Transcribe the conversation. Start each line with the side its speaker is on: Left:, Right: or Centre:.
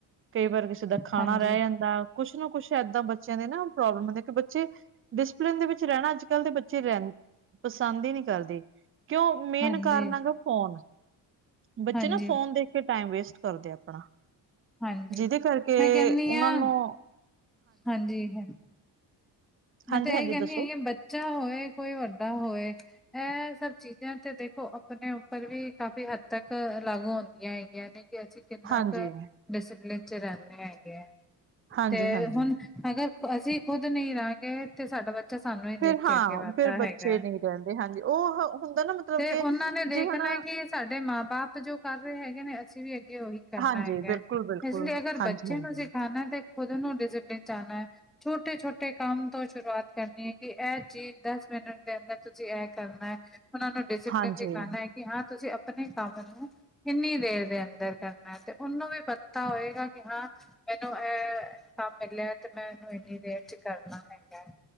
Right: ਕਈ ਵਾਰ ਕਿਸੇ ਦਾ ਖਾਣਾ
Centre: ਹਾਂਜੀ,
Right: ਰਹਿ ਜਾਂਦਾ। ਕੁਛ ਨਾ ਕੁੱਛ ਏਦਾਂ ਬੱਚਿਆਂ ਦੇ ਨਾ ਪ੍ਰੋਬਲਮ ਹੁੰਦੀ ਬੱਚੇ ਡਿਸਪਲਿਨ ਦੇ ਵਿੱਚ ਰਹਿਣਾ ਅੱਜ ਕੱਲ੍ਹ ਦੇ ਬੱਚੇ ਰਹਿ, ਪਸੰਦ ਹੀ ਨਹੀਂ ਕਰਦੇ। ਕਿਉਂ? ਮੇਨ
Centre: ਹਾਂਜੀ,
Right: ਕਾਰਨ ਹੈਗਾ ਫੋਨ, ਬੱਚੇ
Centre: ਹਾਂਜੀ,
Right: ਨਾ ਫੋਨ ਦੇਖ ਟਾਈਮ ਵੇਸਟ ਕਰਦੇ ਆਪਣਾ।
Centre: ਹਾਂਜੀ।
Right: ਜਿਹਦੇ ਕਰਕੇ
Centre: ਮੈਂ ਕਹਿੰਦੀ
Right: ਉਹਨਾਂ
Centre: ਹਾਂ
Right: ਨੂੰ
Centre: ਹਾਂਜੀ, ਹੈ ਮੈਂ
Right: ਹਾਂਜੀ
Centre: ਤਾਂ
Right: ਹਾਂਜੀ
Centre: ਇਹੀ ਕਹਿੰਦੀ
Right: ਦੱਸੋ
Centre: ਹੈਗੀ ਬੱਚ ਬਚਾ ਹੋਏ, ਕੋਈ ਵੱਡਾ ਹੋਏ ਇਹ ਸਭ ਚੀਜ਼ਾਂ ਤੇ ਦੇਖੋ ਆਪਣੇ ਉੱਪਰ ਵੀ ਕਾਫ਼ੀ ਹੱਦ ਤੱਕ ਲਾਗੂ ਹੁੰ ਦਿਆਂ ਹੈਗੀਆਂ ਨੇ ਕਿ ਅਸੀਂ ਕਿੰਨਾ
Right: ਹਾਂਜੀ
Centre: ਕੁ ਡਿਸਪਲਿਨ ਚ ਰਹਿੰਦੇ ਹੈਗੇ ਆ।
Right: ਹਾਂਜੀ
Centre: ਤੇ
Right: ਹਾਂਜੀ
Centre: ਹੁਣ ਅਗਰ ਅਸੀਂ ਖੁੱਦ ਨਹੀਂ ਰਹਾਂਗੇ ਤੇ ਸਾਡਾ ਬ ਬੱਚਾ ਸਾਨੂੰ ਹੀ ਦੇਖ
Right: ਫਿਰ
Centre: ਕੇ
Right: ਹਾਂ
Centre: ਅੱਗੇ ਵੱਧਦਾ
Right: ਫਿਰ ਬੱਚੇ
Centre: ਹੈਗਾ,
Right: ਨਹੀਂ ਰਹਿੰਦੇ ਹਾਂਜੀ ਉਹ ਹ- ਹੁੰਦਾ ਨਾ ਮਤਲਬ
Centre: ਤੇ
Right: ਕਿ
Centre: ਉਹਨਾਂ ਨੇ ਦੇਖਣਾ
Right: ਜੇ ਹੁਣ
Centre: ਕਿ ਸਾਡੇ ਮਾਂ ਬਾਪ ਜੋ ਕਰ ਰਹੇ ਹੈਗੇ ਨੇ ਅਸੀਂ ਵੀ ਅੱਗੇ ਉਹੀ ਕਰਨਾ
Right: ਹਾਂਜੀ
Centre: ਹੈਗੈ।
Right: ਬਿਲਕੁਲ ਬਿਲਕੁਲ
Centre: ਇਸ ਲਈ ਅਗਰ
Right: ਹਾਂਜੀ
Centre: ਬੱਚੇ
Right: ਹਾਂਜੀ
Centre: ਨੂੰ ਅਸੀ ਆਨਾ ਤੇ ਖੁਦ ਨੂੰ ਡਿਸਿਪਲਿਨ ਚ ਆਨਾ ਏ। ਛੋਟੇ- ਛੋਟੇ ਕੰਮ ਤੋਂ ਸ਼ੁਰੂਆਤ ਕਰਨੀ ਏ, ਕਿ ਇਹ ਚੀਜ਼ ਦਸ ਮਿੰਟ ਦੇ ਅੰਦਰ ਤੁਸੀਂ ਇਹ ਕਰਨਾ ਏ। ਉਹਨਾਂ ਨੂੰ ਡਿਸੀਪਿਲਨ
Right: ਹਾਂਜੀ
Centre: ਸਿਖਾਨਾ ਏ, ਕਿ ਹਾਂ ਤੁਸੀਂ ਆਪਣੇ ਕੰਮ ਨੂੰ ਕਿੰਨੀ ਦੇਰ ਦੇ ਅੰਦਰ ਕਰਨਾ ਏ, ਤੇ ਉਹਨੂੰ ਵੀ ਪਤਾ ਹੋਏਗਾ ਕਿ ਹਾਂ ਮੈਨੂੰ ਇਹ ਕੰਮ ਮਿਲਿਆ ਤੇ ਮੈਂ ਉਹਨੂੰ ਇੰਨੀ ਦੇਰ ਚ ਕਰਨਾ ਹੈਗਾ ਏ,